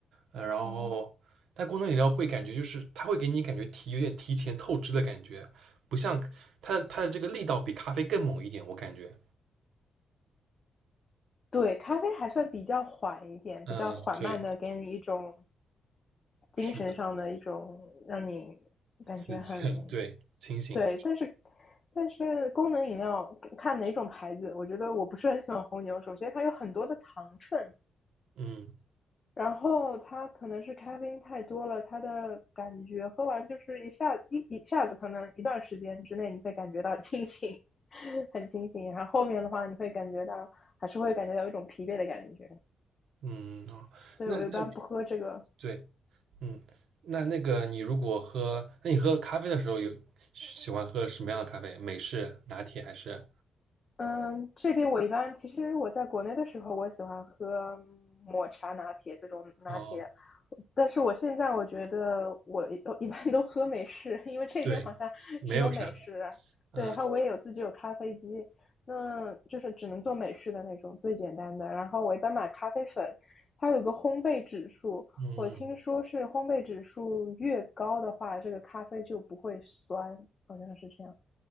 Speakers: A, on the right; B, on the left.
A: 呃，然后，
B: 嗯。
A: 但功能饮料会感觉就是它会给你感觉提有点提前透支的感觉，不像它的它的这个力道比咖啡更猛一点，我感觉。
B: 对，咖啡还算比较缓一点，
A: 嗯，
B: 比较缓慢的，
A: 对，
B: 给你一种精神上的一种，
A: 是的，
B: 让你感觉很，
A: 刺激，<laughs> 对，清醒。
B: 对，但是但是功能饮料看哪种牌子，我觉得我不是很喜欢红牛。首先，它有很多的糖分，
A: 嗯
B: 然后它可能是咖啡因太多了，它的感觉喝完就是一下一一下子，可能一段时间之内你会感觉到清醒，<laughs> 很清醒，然后后面的话你会感觉到还是会感觉到一种疲惫的感觉。
A: 嗯哦，
B: 所以我一般不喝这个。
A: 那那对，嗯，那那个你如果喝，那你喝咖啡的时候有喜欢喝什么样的咖啡？美式、拿铁还是？
B: 嗯，这边我一般其实我在国内的时候，我喜欢喝抹茶拿铁这种拿铁，
A: 哦
B: 但是我现在我觉得我一一般都喝美式，因为这边好像只有美式。
A: 对，没有啥，嗯
B: 对，然后我也有自己有咖啡机，那就是只能做美式的那种最简单的。然后我一般买咖啡粉，它有个烘焙指数。
A: 嗯。
B: 我听说是烘焙指数越高的话，这个咖啡就不会酸，好像是这样。